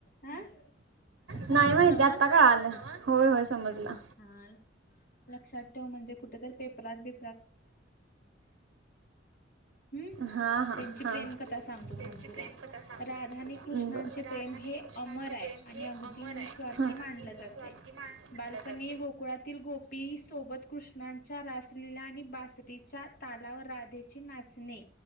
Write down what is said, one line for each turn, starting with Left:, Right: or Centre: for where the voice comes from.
Left: हा आता समजलं
Right: नाही माहिती
Left: नव्ह
Right: आता कळालं होय होय समजलं
Left: हा लक्षात ठेव म्हणजे कुठ तर पेपरात बी हम्म
Right: हा हा
Left: त्यांची प्रेमकथा
Right: बर
Left: सांगतो थांब तुला
Right: कथा सांगतो
Left: राधा आणि
Right: थांब
Left: कृष्णांचे
Right: तुला
Left: प्रेम
Right: राधा
Left: हे
Right: नी कृष्णाचे
Left: अमर आहे
Right: प्रेम
Left: आणि
Right: हे
Left: अगदी
Right: अमर
Left: निस्वार्थी
Right: आहे अगदी
Left: मानलं
Right: निस्वार्थी
Left: जातय
Right: कि मा म्हणलं
Left: बालपणी
Right: तर
Left: गोकुळातील गोपी सोबत कृष्णांच्या रासलिला आणि बा तालावर राधेची नाचणे